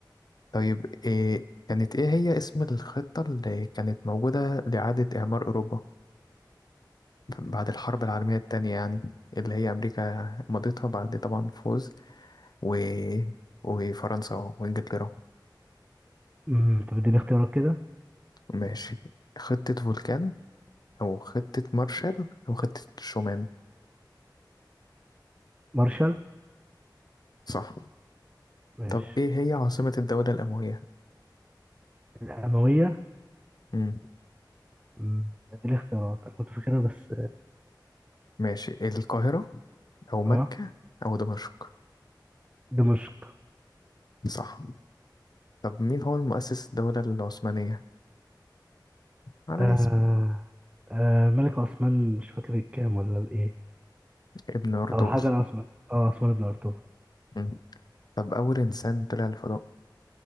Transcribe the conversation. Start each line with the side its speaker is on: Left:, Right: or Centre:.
Left: طيب إيه كانت إيه هي اسم الخطة اللي كانت موجودة لإعادة إعمار أوروبا بعد الحرب العالمية التانية يعني اللي هي أمريكا مضيتها بعد طبعا فوز و... وفرنسا وإنجلترا
Right: مم، طب اديني اختيارات كده
Left: ماشي خطة فولكان أو خطة مارشال أو خطة شومان
Right: مارشال
Left: صح
Right: ماشي
Left: طب إيه هي عاصمة الدولة الأموية؟
Right: الأموية
Left: مم.
Right: مم، اديني اختيارات انا كنت فاكرها بس
Left: ماشي القاهرة أو مكة
Right: اه آه،
Left: أو دمشق
Right: دمشق
Left: صح طب مين هو المؤسس الدولة العثمانية؟ على
Right: آه.
Left: اسم
Right: آه. ملك عثمان مش فاكر الكام ولا الايه
Left: ابن أرطغرل
Right: او حاجة العثمان اه عثمان بن ارطغرل
Left: مم. طب أول إنسان طلع الفضاء